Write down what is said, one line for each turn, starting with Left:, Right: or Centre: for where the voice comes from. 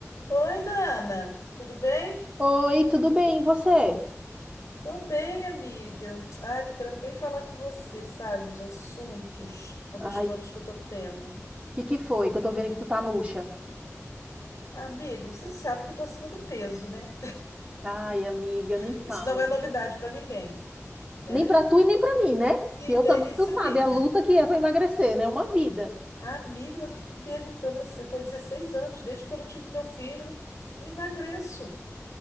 Left: Oi, Nana, tudo bem?
Right: Oi, tudo bem, e você?
Left: Tô bem, amiga. Ai, tô querendo bem falar com você, sabe, os assuntos, alguns
Right: Ai,
Left: planos
Right: o
Left: que eu tô tendo.
Right: que que foi? Que eu tô vendo que tu tá murcha.
Left: Amiga, você sabe que eu tô acima do peso, né?
Right: Ai, amiga,
Left: <laughs>
Right: nem
Left: Isso
Right: fala,
Left: não é
Right: viu?
Left: novidade pra ninguém, né?
Right: Nem pra tu e nem pra mim, né?
Left: E
Right: Que eu
Left: né,
Right: também,
Left: isso
Right: tu sabe,
Left: aí.
Right: a luta que é pra emagrecer, né? Uma vida.
Left: Amiga, mas eu fico me perguntando assim, eu tô há 16 anos, desde quando eu tive meu filho, não não emagreço.